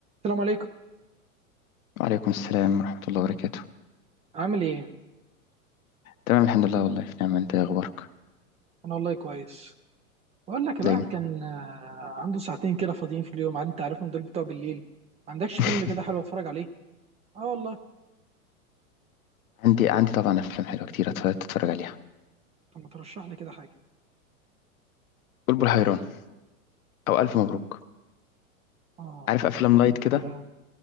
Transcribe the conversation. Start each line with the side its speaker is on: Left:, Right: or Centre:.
Right: السلام عليكم
Left: وعليكم السلام ورحمة الله وبركاته
Right: عامل ايه
Left: تمام الحمد لله والله في نعمة انت إيه اخبارك
Right: انا والله كويس بقول لك الواحد
Left: دايما
Right: كان آه، عنده ساعتين كده فاضيين في اليوم عاد انت عارفهم دول بتوع بالليل ما عندكش
Left: <laughs>
Right: فيلم كده حلو اتفرج عليه اه والله
Left: عندي عندي طبعا افلام حلوة كتير أتف- تتفرج عليها
Right: طب ما ترشح لي كده حاجه
Left: بلبل حيران او الف مبروك
Right: اه
Left: عارف افلام
Right: قلب
Left: لايت
Right: الحيران
Left: كده